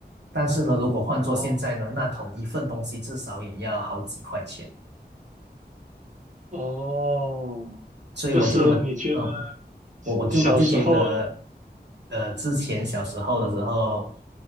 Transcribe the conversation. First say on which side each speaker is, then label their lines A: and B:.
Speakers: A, on the right (about 80°); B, on the right (about 45°).
A: 但是呢，如果换做现在呢，
B: 哦，
A: 那同一份东西至少也要好几块钱。
B: 哦，
A: 所以我就我嗯，
B: 就是你觉得
A: 我我就我就觉得，
B: 小时候
A: 呃，之前小时候的时候，